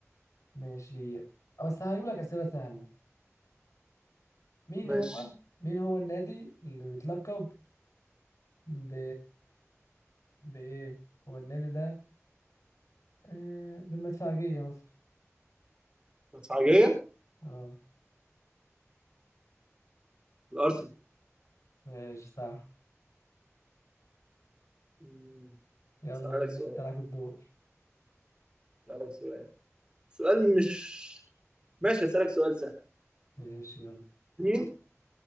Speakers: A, on the left (about 85°); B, on the right (about 20°).
A: ماشي بس هجيب لك اسئلة سهلة مين
B: ماشي
A: هو مين هو النادي اللي بيتلقب ب بايه هو النادي ده آه... بالمدفعجية مثلا
B: مدفعجية
A: اه
B: الأرسنال
A: ماشي صح
B: مم.
A: يلا
B: أسألك
A: بينا
B: سؤال
A: انت لك الدور
B: اسالك سؤال سؤال مش ماشي اسالك سؤال سهل
A: ماشي يلا
B: مين